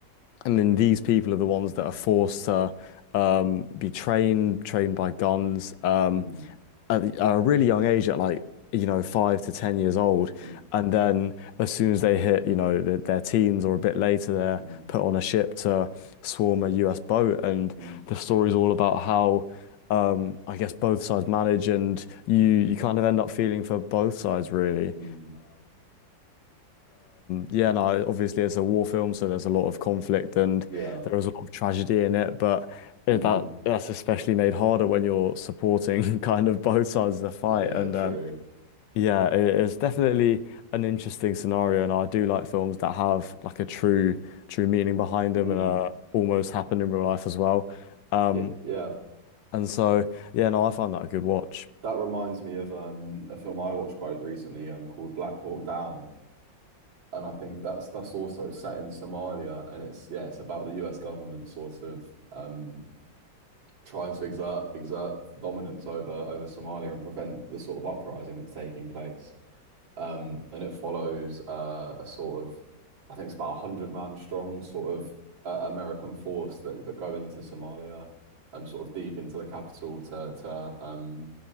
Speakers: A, on the left; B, on the right.
A: And then these people are the ones that are forced to um, be trained, trained by guns um,
B: Mm,
A: at, the- at a really young age, at like, you know, five to 10 years old.
B: mm,
A: And then as soon as they hit, you know, their, their teens or a bit later, they're
B: mm,
A: put on a ship to swarm a US boat. And
B: mm,
A: the story's all about how, um, I guess, both sides manage and you, you kind of end up feeling for both sides, really.
B: mm.
A: Yeah, no, obviously it's a war film, so there's a lot of conflict and
B: Yeah.
A: there is a lot of tragedy in it, but it-
B: Mm,
A: that that's especially made harder when you're supporting <laughs> kind of both sides of the fight.
B: yeah,
A: And
B: true.
A: um, yeah, it, it's definitely an interesting scenario, and I do like films that have like a true true meaning behind them
B: Mm.
A: and uh, almost happen in real life as well. Um,
B: Yeah, yeah.
A: and so yeah, no, I find that a good watch.
B: That reminds me of um a film I watched quite recently um called Black Hawk Down. And I think that's that's also set in Somalia and it's yeah, it's about the US government sort of um trying to exert exert dominance over over Somalia and prevent the sort of uprising that's taking place. Um, and it follows uh, a sort of, I think it's about a hundred man strong sort of uh, American force that that go into Somalia, um, sort of deep into the capital to to um